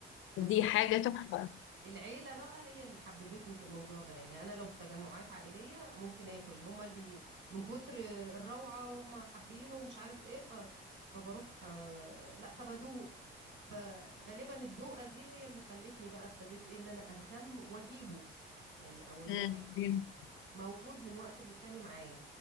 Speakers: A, on the right (about 70°); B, on the left (about 85°).
A: بس
B: دي حاجة تحفة
A: العيلة بقى هي اللي حببتني في الموضوع ده يعني أنا لو في تجمعات عائلية ممكن آكل هما اللي بي من كتر الروعة وهم حابينه ومش عارف إيه ف... فبروح آه، لا طب أدوق فغالبا الدوقة دي هي اللي خلتني بقى ابتديت إيه إن أنا أهتم وأجيبه يعني أو إن
B: مم.
A: هو موجود من وقت للتاني معايا